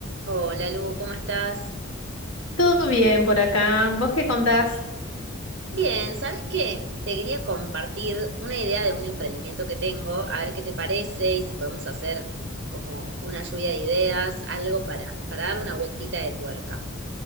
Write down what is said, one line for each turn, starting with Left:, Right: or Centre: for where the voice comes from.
Right: Hola Lu, ¿cómo estás?
Left: Todo bien por acá. ¿Vos qué contás?
Right: Bien, ¿sabes qué? Te quería compartir una idea de un emprendimiento que tengo, a ver qué te parece y si podemos hacer como una lluvia de ideas, algo para, para darle una vueltita de tuerca.